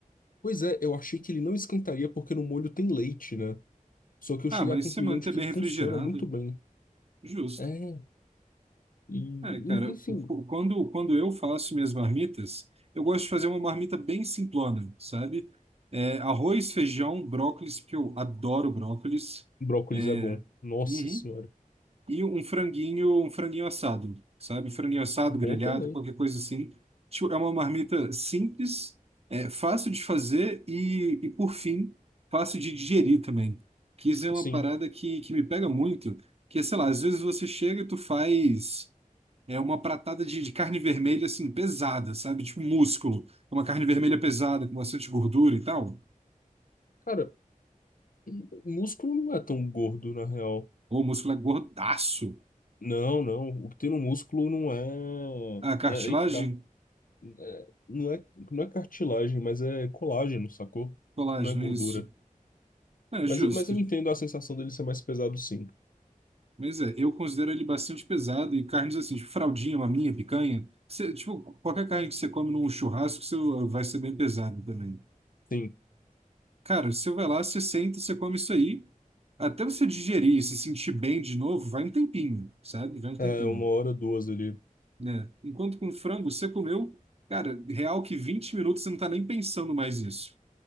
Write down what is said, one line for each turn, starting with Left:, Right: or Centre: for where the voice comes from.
Left: Pois é, eu achei que ele não esquentaria porque no molho tem leite, né? Só que eu
Right: Ah,
Left: cheguei
Right: mas
Left: à conclusão
Right: se manter
Left: de que
Right: bem
Left: funciona
Right: refrigerado,
Left: muito bem.
Right: justo.
Left: É, e
Right: É, cara,
Left: en- enfim,
Right: o- o- quando, quando eu faço minhas marmitas, eu gosto de fazer uma marmita bem simplona, sabe? É, arroz, feijão, brócolis, porque eu adoro brócolis.
Left: brócolis
Right: É,
Left: é bom. Nossa
Right: uhum,
Left: senhora.
Right: e um franguinho, um franguinho assado, sabe? Franguinho assado,
Left: Bom
Right: grelhado,
Left: também.
Right: qualquer coisa assim. Tipo, é uma marmita simples, é fácil de fazer e, e por fim, fácil de digerir também. Que isso é uma
Left: Sim.
Right: parada que, que me pega muito, que é, sei lá, às vezes você chega e tu faz é uma pratada de, de carne vermelha, assim, pesada, sabe? Tipo um músculo. Uma carne vermelha pesada, com bastante gordura e tal.
Left: Cara, m- músculo não é tão gordo, na real.
Right: Ou o músculo é gordaço.
Left: Não, não. O que tem no músculo não é.
Right: A cartilagem?
Left: É aí que tá. É, não é, não é cartilagem, mas é colágeno, sacou?
Right: Colágeno,
Left: Não é gordura.
Right: isso. É
Left: Mas,
Right: justo.
Left: mas eu entendo a sensação dele ser mais pesado, sim.
Right: Mas é, eu considero ele bastante pesado e carnes assim, tipo fraldinha, maminha, picanha. Você, tipo, qualquer carne que você come num churrasco, você vai ser bem pesado também.
Left: Sim.
Right: Cara, você vai lá, você senta, você come isso aí. Até você digerir e se sentir bem de novo, vai um tempinho, sabe? Vai um
Left: É
Right: tempinho,
Left: uma hora, duas ali.
Right: né? Enquanto com frango, você comeu, cara, real que 20 minutos você não tá nem pensando mais nisso.